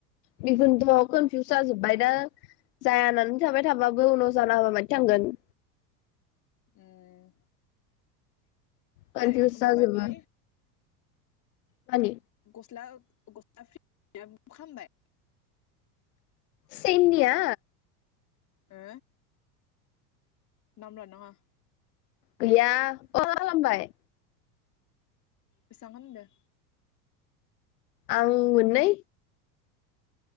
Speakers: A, on the left; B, on the left.
A: बेखुनथ कनफिउस जाजोब्बाय दा जायानानै थाबाय थाबाबो उनाव जाना होबा मायदि थांगोन?
B: उम्म
A: कनफिउस
B: ओइ
A: जाजोबो
B: माबानि
A: मानि
B: गस्ला गस्ला <inaudible> खालामबाय
A: सेननिया?
B: ओ नाम लानांङा।
A: गैया अ खालामबाय।
B: बेसां हामदो?
A: आं मोननै